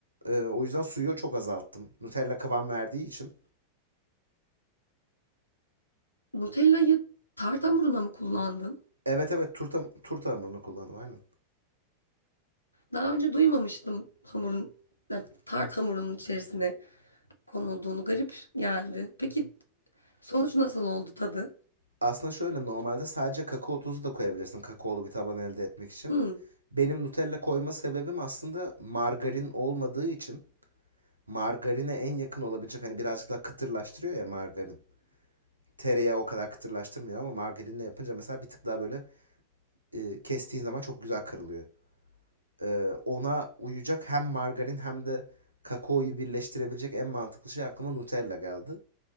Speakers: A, on the right; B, on the left.
A: Ee, o yüzden suyu çok azalttım. Nutella kıvam verdiği için.
B: Nutella'yı tart hamuruna mı kullandın?
A: Evet evet turta, turta hamurunu kullandım aynen.
B: Daha önce duymamıştım hamurun, yani tart hamurunun içerisine konulduğunu. Garip geldi. Peki sonuç nasıl oldu tadı?
A: Aslında şöyle normalde sadece kakao tozu da koyabilirsin kakaolu bir taban elde etmek için.
B: Hmm,
A: Benim Nutella koyma sebebim aslında margarin olmadığı için margarine en yakın olabilecek hani birazcık daha kıtırlaştırıyor ya margarin. Tereyağı o kadar kıtırlaştırmıyor ama margarinle yapınca mesela bir tık daha böyle e, kestiğin zaman çok güzel kırılıyor. e, ona uyacak hem margarin hem de kakaoyu birleştirebilecek en mantıklı şey aklıma Nutella geldi.